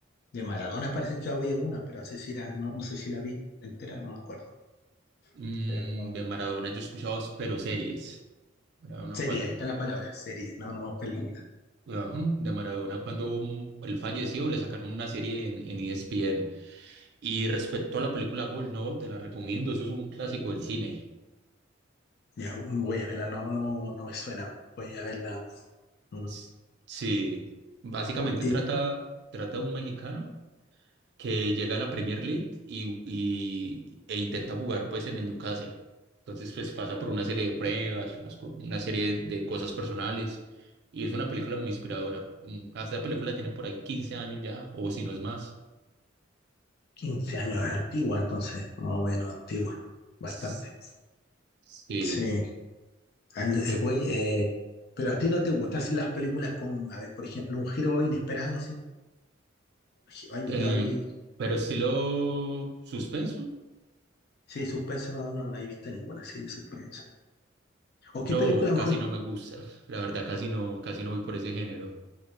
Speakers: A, on the left (about 55°); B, on the right (about 60°).
A: de Maradona parece que había una, pero no sé si era, no, no sé si la vi entera, no me acuerdo.
B: mm,
A: Pero
B: de Maradona yo he escuchado pero series. Maradona
A: serie,
B: cuando,
A: ahí está la palabra, serie, no, no, película.
B: ajá, de Maradona cuando mm, él falleció le sacaron una serie en, en ESPN. Y respecto a la película Gol, no, te la recomiendo, eso es un clásico del cine.
A: Ya voy a verla, no, no, no me suena, voy a verla. mm,
B: S- Sí, básicamente
A: o- Y
B: trata, trata de un mexicano que llega a la Premier League y, y- e intenta jugar pues en el Newcastle. Entonces pues pasa por una serie de pruebas, unas co- una serie de cosas personales y es una película muy inspiradora. Mm, Esta película tiene por ahí 15 años ya o si no es más.
A: 15 años antigua, entonces, más o menos antigua, bastante.
B: S- Sí,
A: Sí. And- eh, güey, eh, pero a ti no te gustan así las películas con, a ver, por ejemplo, un giro inesperado, sí. Gi- ¿Has visto
B: Em,
A: ahí-
B: pero estilo suspenso,
A: Sí, suspenso, no, no, no he visto ninguna así de suspenso. ¿O
B: no,
A: qué película
B: casi
A: mejor?
B: no me gusta. La verdad casi no, casi no voy por ese género.